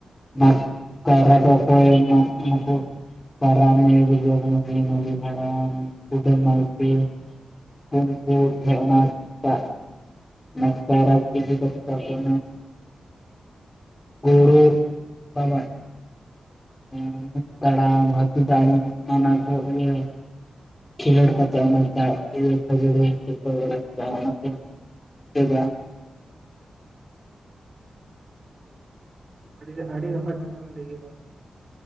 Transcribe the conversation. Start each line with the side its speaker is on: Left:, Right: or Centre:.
Left: ᱢᱟᱜ ᱠᱟᱭᱨᱟ ᱫᱚ ᱚᱠᱚᱭ ᱢᱟᱜ ᱠᱟᱱᱟ ᱠᱚ ᱠᱟᱨᱟᱢ ᱮ ᱵᱩᱡᱷᱚᱣ ᱵᱚᱱᱟᱭ ᱩᱱᱤ ᱢᱟᱹᱡᱷᱤ ᱦᱟᱲᱟᱢ ᱠᱩᱰᱟᱹᱢ ᱱᱟᱭᱠᱮ᱾ ᱩᱱᱠᱩ ᱴᱷᱮᱜ ᱚᱱᱟ ᱴᱟᱜ᱾ ᱢ ᱛᱟᱨ <unintelligible> ᱜᱩᱲᱩ ᱛᱟᱢᱟ᱾ ᱦᱩᱸ ᱛᱟᱲᱟᱢ ᱦᱟᱛᱤᱞ ᱛᱮ ᱟᱸᱡᱚᱢᱚᱜ ᱠᱟᱱᱟ ᱠᱚ ᱤᱭᱟᱹ ᱠᱷᱮᱞᱳᱰ ᱠᱟᱛᱮᱜ ᱚᱱᱟ ᱛᱟᱲ ᱤᱭᱟᱹ ᱠᱷᱟᱹᱡᱟᱹᱲᱤ ᱠᱚᱠᱚ ᱞᱟᱫᱮᱹ ᱠᱟᱜ-ᱟ ᱚᱱᱟᱛᱮ᱾ ᱪᱮᱫᱟᱜ? <inaudible>
Right: ᱟᱰᱤᱜᱮ ᱟᱰᱤ ᱱᱟᱯᱟᱭ ᱠᱟᱛᱷᱟ ᱵᱮᱱ ᱞᱟᱹᱭ ᱠᱮᱫᱟ᱾